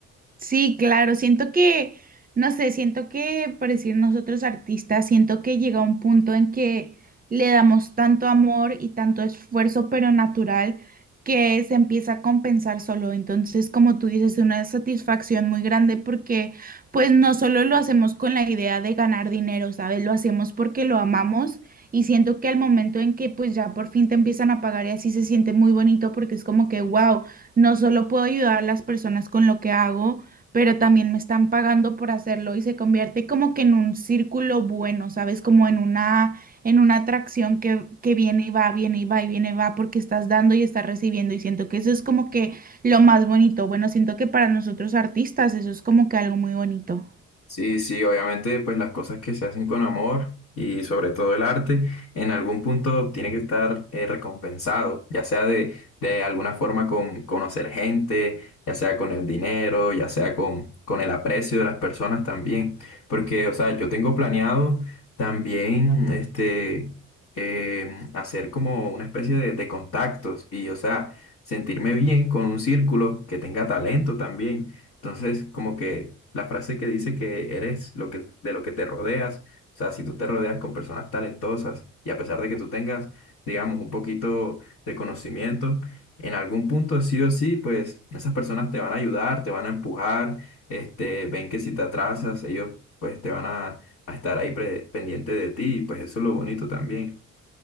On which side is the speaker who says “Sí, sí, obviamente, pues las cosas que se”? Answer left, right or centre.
Left